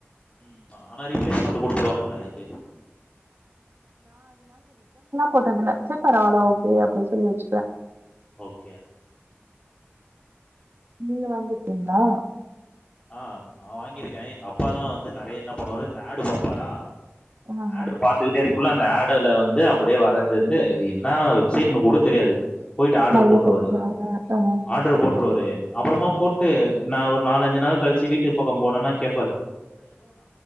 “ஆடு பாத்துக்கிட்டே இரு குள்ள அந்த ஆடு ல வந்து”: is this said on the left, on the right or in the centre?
Left